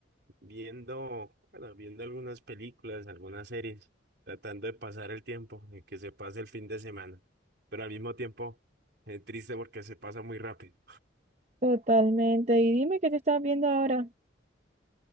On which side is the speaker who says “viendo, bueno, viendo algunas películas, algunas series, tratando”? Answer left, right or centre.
Right